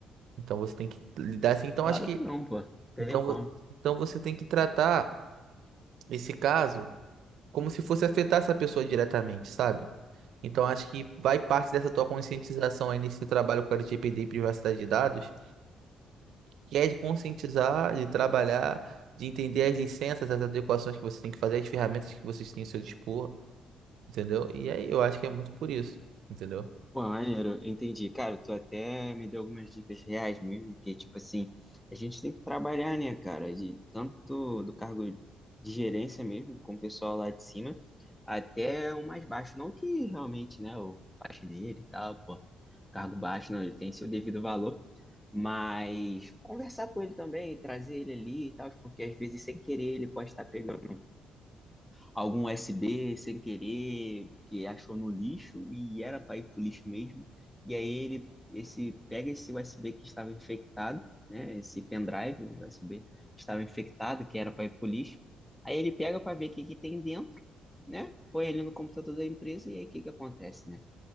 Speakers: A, on the right; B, in the centre.
A: Então, você tem que lidar assim. Então,
B: Claro
A: acho que
B: que não, pô. Não tem
A: então,
B: nem como.
A: vo- então você tem que tratar esse caso como se fosse afetar essa pessoa diretamente, sabe? Então acho que vai parte dessa tua conscientização aí nesse trabalho com a LGPD e privacidade de dados, que é de conscientizar, de trabalhar, de entender as licenças, as adequações que você tem que fazer, as ferramentas que vocês têm ao seu dispor, entendeu? E aí eu acho que é muito por isso, entendeu?
B: Pô, maneiro, entendi. Cara, tu até me deu algumas dicas reais mesmo, que, tipo assim, a gente tem que trabalhar, né, cara? De, tanto do cargo de gerência mesmo, com o pessoal lá de cima, até o mais baixo. Não que realmente, né, o faxineiro e tal, pô, cargo baixo, não, ele tem seu devido valor, mas conversar com ele também, trazer ele ali e tal, porque às vezes, sem querer, ele pode estar pegando algum USB sem querer, que achou no lixo e era para ir pro lixo mesmo. E aí ele esse pega esse USB que estava infectado, né, esse pendrive USB que estava infectado, que era para ir pro lixo. Aí ele pega para ver o que que tem dentro, né? Põe ele no computador da empresa e aí o que que acontece, né?